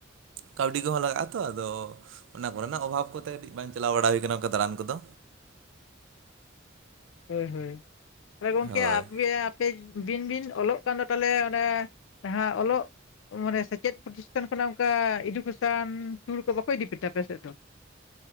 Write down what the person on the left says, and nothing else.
ᱦᱳᱭ ᱦᱳᱭ, ᱛᱟᱦᱚᱞᱮ ᱜᱚᱝᱠᱮ
ᱟᱯᱮᱭᱟᱫ ᱠᱟᱹᱡ ᱵᱤᱱ ᱵᱤᱱ ᱚᱞᱚᱜ ᱠᱟᱱ ᱫᱚ ᱛᱟᱞᱦᱮ ᱚᱱᱮ ᱡᱟᱦᱟᱸ ᱚᱞᱚᱜ ᱢᱟᱱᱮ ᱥᱮᱪᱮᱫ ᱯᱨᱚᱛᱤᱥᱴᱷᱟᱱ ᱠᱷᱚᱱᱟᱜ ᱚᱱᱠᱟ ᱮᱰᱩᱠᱮᱥᱚᱱ ᱴᱩᱨ ᱠᱚ ᱵᱟᱠᱚ ᱤᱫᱤ ᱯᱮᱛᱮ ᱟᱯᱮ ᱥᱮᱫ ᱫᱚ?